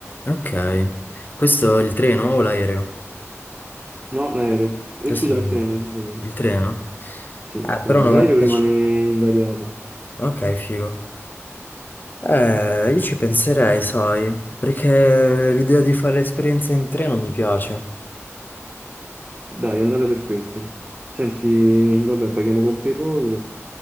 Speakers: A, on the left; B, on the right.
A: Ok, questo è il treno o l'aereo?
B: No, l'aereo. Eh,
A: Questo
B: scusami,
A: è
B: il treno, mi sono sbagliato.
A: Il treno?
B: Sì, il
A: Eh,
B: treno.
A: però no,
B: L'aereo
A: 95.
B: rimane invariato.
A: Ok, figo. Eh, io ci penserei, sai, perché l'idea di fare esperienza in treno mi piace.
B: Dai, è andata per questo. Senti, vabbè, paghiamo con PayPal.